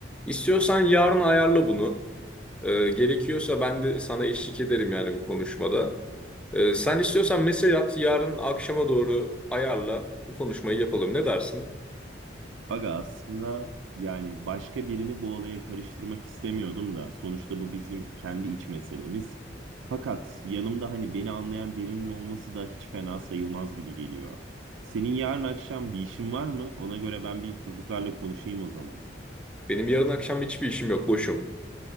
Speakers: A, in the centre; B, on the right.
A: İstiyorsan yarın ayarla bunu. Ee, gerekiyorsa ben de sana eşlik ederim yani bu konuşmada. Ee, sen istiyorsan mesaj at. Yarın akşama doğru ayarla. Bu konuşmayı yapalım. Ne dersin?
B: Aga aslında yani başka birini bu olaya karıştırmak istemiyordum da sonuçta bu bizim kendi iç meselemiz. Fakat yanımda hani beni anlayan birinin olması da hiç fena sayılmaz gibi geliyor. Senin yarın akşam bir işin var mı? Ona göre ben bir çocuklarla konuşayım o zaman.
A: Benim yarın akşam hiçbir işim yok. Boşum.